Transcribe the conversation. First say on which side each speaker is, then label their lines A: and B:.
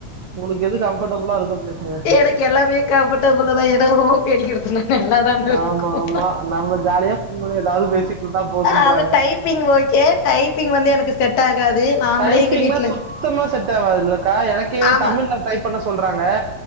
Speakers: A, on the right (about 70°); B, on the left (about 65°).
A: உங்களுக்கு எது கம்ஃபர்டபுளா இருக்கோ பேசுங்க
B: எனக்கு எல்லாமே கம்பர்டபிள் தா ஏன்னா ஓபி அடிக்குறதுனா நல்ல தான இருக்கு
A: ஆமா ஆமா நம்ம ஜாலியா ஃபோன் பண்ணி ஏதாவது பேசிட்டு இருந்தா போதுன்றாங்க
B: அத டைப்பிங் ஏ டைப்பிங் வந்து எனக்கு செட் ஆகாது நாமளே
A: டைப்பிங்னா
B: எங்க வீட்ல
A: சுத்தமா செட்ட ட்டாவாதுல எனக்கே
B: ஆமா
A: தமிழ்ல டைப் பண்ண சொல்றாங்க